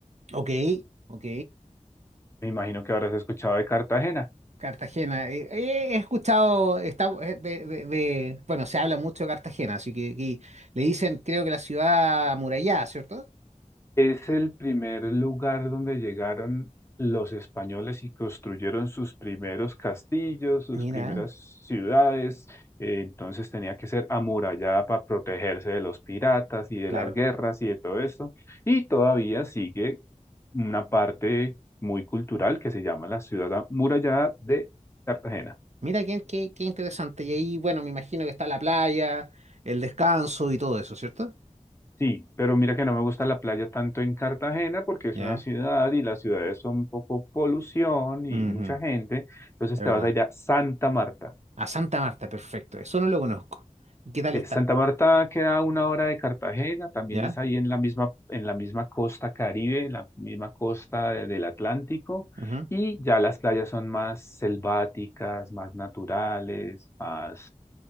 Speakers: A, on the right; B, on the left.
A: ok, ok.
B: Me imagino que habrás escuchado de Cartagena.
A: Cartagena, eh, eh, he escuchado, está, eh, de, de- de- bueno, se habla mucho de Cartagena, así que aquí le dicen, creo que la ciudad amurallada, ¿cierto?
B: Es el primer lugar donde llegaron los españoles y construyeron sus primeros castillos, sus
A: Mira,
B: primeras ciudades. Eh, Entonces tenía que ser amurallada para protegerse de los piratas y de
A: claro.
B: las guerras y de todo esto. Y todavía sigue una parte muy cultural que se llama la ciudad amurallada de Cartagena.
A: Mira qué, qué, qué interesante. Y ahí, bueno, me imagino que está la playa, el descanso y todo eso, ¿cierto?
B: Sí, pero mira que no me gusta la playa tanto en Cartagena porque es
A: Ya,
B: una ciudad y las ciudades son un poco polución y
A: ujú,
B: mucha gente. Entonces
A: de
B: te
A: verdad.
B: vas a ir a Santa Marta.
A: A Santa Marta, perfecto. Eso no lo conozco. ¿Y qué tal
B: Eh,
A: está?
B: Santa Marta queda a una hora de Cartagena, también
A: ¿Ya?
B: es ahí en la misma, en la misma costa Caribe, en la misma costa de- del Atlántico,
A: Ujú.
B: y ya las playas son más selváticas, más naturales, más